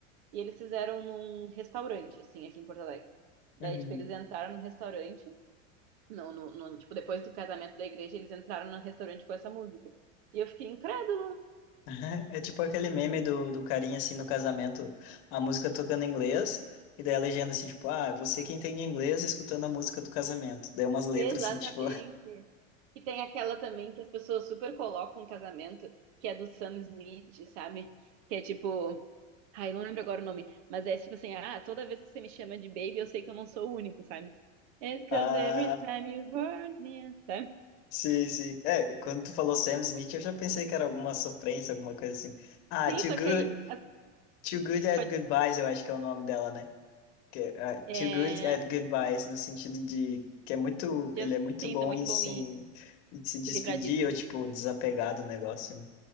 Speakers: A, on the right; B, on the left.
A: e eles fizeram num restaurante, assim, aqui em Porto Alegre. Daí,
B: Uhum.
A: tipo, eles entraram no restaurante, no, no, no- tipo, depois do casamento da igreja, eles entraram no restaurante com essa música. E eu fiquei, incrédula
B: <laughs> É tipo aquele meme do, do carinha assim no casamento, a música tocando em inglês. E daí a legenda assim, tipo, ah, você que entende inglês escutando a música do casamento. Daí umas letras
A: Exatamente.
B: assim, tipo,
A: E tem aquela também que as pessoas super colocam no casamento, que é do Sam Smith, sabe? Que é tipo, ai, não lembro agora o nome, mas é tipo assim, ah, toda vez que você me chama de baby, eu sei que eu não sou o único, sabe? It's
B: Ah,
A: cause every time you hurt me, sabe?
B: sim, sim. É, quando tu falou Sam Smith, eu já pensei que era alguma sofrência, alguma coisa assim. Ah,
A: Sim,
B: Too
A: só
B: Good,
A: que aí a-
B: Too Good at
A: pode,
B: Goodbyes, eu acho que é o nome dela, né? Que, ah,
A: é,
B: Too Good at Goodbyes, no sentido de que é muito, ele
A: Justin
B: é muito bom
A: é muito
B: em se,
A: bom em
B: em se despedir
A: se livrar disso.
B: ou, tipo, desapegar do negócio, né?